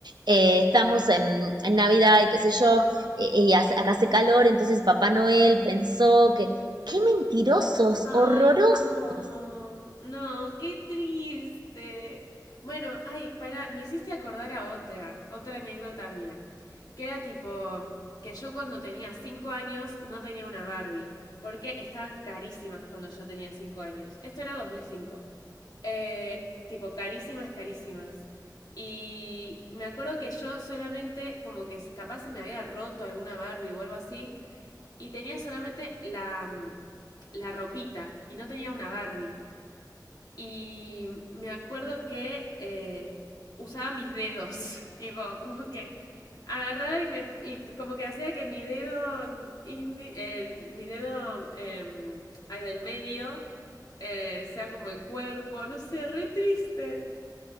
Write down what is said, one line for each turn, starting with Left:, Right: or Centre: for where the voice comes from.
Right: eh, estamos en, en Navidad y qué sé yo, eh, y hace- acá hace calor, entonces Papá Noel pensó que, qué mentirosos,
Left: Ay,
Right: horrorosos.
Left: Mm. no, no, qué triste. Bueno, ay, para, me hiciste acordar a otra, otra anécdota mía, que era tipo que yo cuando tenía cinco años no tenía una Barbie, porque estaban carísimas cuando yo tenía cinco años. Esto era 2005. Eh, tipo, carísimas, carísimas. Y me acuerdo que yo solamente, como que capaz se me había roto alguna Barbie o algo así, y tenía solamente la, mm, la ropita y no tenía una Barbie. Y me acuerdo que eh, usaba mis dedos, <laughs> tipo, como que agarraba y me y como que hacía que mi dedo indi- eh, mi dedo eh, ahí del medio eh, sea como el cuerpo, no sé, re triste.